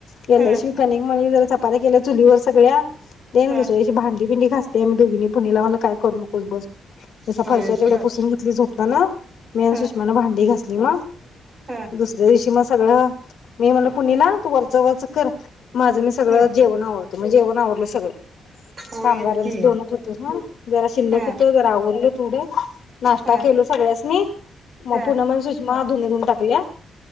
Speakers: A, on the left; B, on the right.
A: गेलं
B: ह
A: शि कनिक मळली जरा चपात्या केल्या चुलीवर सगळ्या द
B: ह
A: दुसर्याशी भांडीबिंडी खास ते आम्ही दोघींनी पुचीला म्हटलं करू नकोब बस त्याचा
B: होयच
A: फरशा तेवढ्या
B: की बाय
A: पुसून घेतली झोपताना ना मी आणि
B: ह
A: सुषमान भांडी घासली मग
B: ह
A: दुसऱ्या दिवशी मग सगळं मी म्हणलं पुणीला तु वरच व चकर माझं मी सगळं
B: ह
A: जेवण आवरत मी जेवण आवरल सगळं
B: होयच
A: कामगारांचं
B: की
A: दोनच होत हा जरा शिल्लक
B: ह
A: होत जरा आवरलं थोडे नाष्टा
B: ह
A: केलू सगळ्यासनी मग
B: ह
A: पुनम आणि सुषमा धुण धून टाकल्या